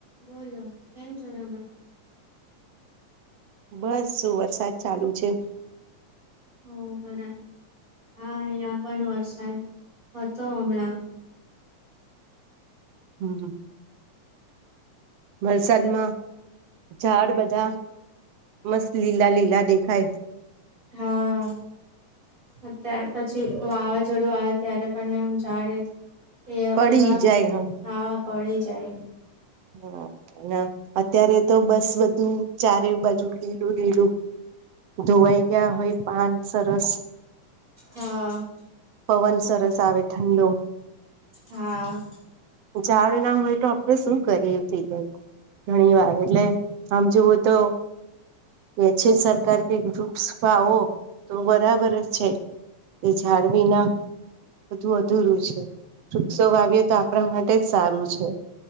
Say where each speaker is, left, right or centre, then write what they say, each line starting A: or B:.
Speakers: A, on the right; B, on the right.
A: બોલો કેમ છોમણા.
B: બસ વરસાદ ચાલુ છે.
A: ઓ બરાબર હા અહિયા પણ વરસાદ હતો હમણાં.
B: હમ્મ. વલસાડમાં ઝાડ બધા. મસ્ત લીલા લીલા દેખાાય.
A: હા. અત્યારે પછી વાવાઝોડું આવે ત્યારે પણ એમ જાડે એ
B: પડી
A: એવામ
B: જાય હ
A: હા પડી જાય.
B: હ, ન અત્યારે તો બસ બધુ ચારેય બાજુ લીલું લીલું. ધોવાઈ ગયા હોય પાન સરસ.
A: હા.
B: પવન સરસ આવે ઠંડો.
A: હા.
B: ઝાડ ના હોય તો આપડે શું કરીએ? એ થઈ જાય. ઘણી વાર, એટલે આમ જોવું તો કે છે સરકાર કે વૃક્ષ વાવો તો બરાબરજ છે. એ ઝાડ વીના બધું અધૂરું છે, વૃક્ષો વાવીએ તો આપ પરા માટેજ સારું છે.